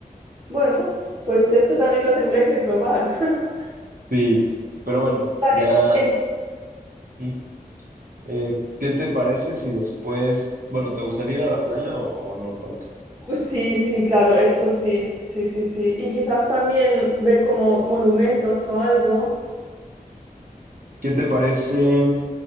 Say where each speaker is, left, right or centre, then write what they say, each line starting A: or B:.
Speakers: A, on the right (about 25°); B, on the right (about 65°).
A: Bueno, pues esto también lo tendré que probar. <laughs>
B: Sí, pero bueno,
A: Vale,
B: ya.
A: en-
B: mm, Eh, ¿qué te parece si después, bueno, te gustaría ir a la playa o, o no tanto?
A: uh, sí, sí, claro, esto sí, sí, sí, sí. Y quizás también ver como monumentos o algo
B: ¿Qué te parece,